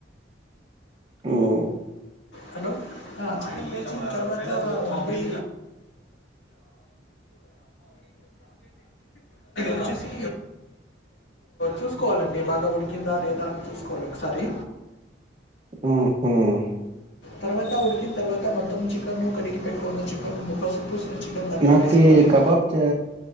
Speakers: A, on the right; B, on the left.
A: ఉమ్
B: హలో ఆ చికెన్ వేయించిన తర్వాత వండి వచ్చేసి చూసుకోవాలండి బాగా ఉడికిందా లేదా అని చూసుకోవాలి ఒకసారి
A: హ్మ్ హ్మ్
B: తర్వాత ఉడికిన తర్వాత మొత్తం చికెన్ ను కడిగి పెట్టుకున్న చికెన్ ముక్కకు పసుపు పూసిన చికెన్ దాంట్లో
A: నాకి
B: వేసుకోవాలి
A: కబాబ్ తె